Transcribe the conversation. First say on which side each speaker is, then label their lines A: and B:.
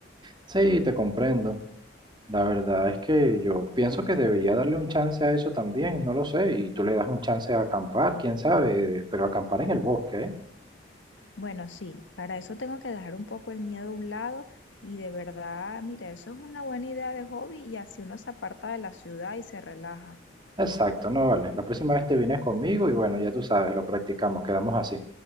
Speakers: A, on the right; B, on the left.
A: Sí, te comprendo. La verdad es que yo pienso que debería darle un chance a eso también, no lo sé, y tú le das un chance a acampar, quién sabe, pero acampar en el bosque, ¿eh?
B: Bueno, sí, para eso tengo que dejar un poco el miedo a un lado y de verdad, mira, eso es una buena idea de hobby y así uno se aparta de la ciudad y se relaja.
A: Exacto, no vale. La próxima vez te vienes conmigo y bueno, ya tú sabes, lo practicamos, quedamos así.